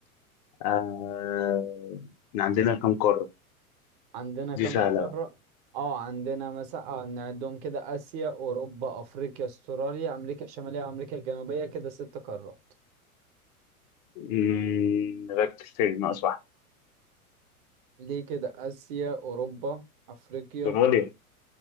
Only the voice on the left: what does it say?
آه، إحنا عندنا كم قارة
دي سهلة
مم، ركز تاني ناقص واحدة
استراليا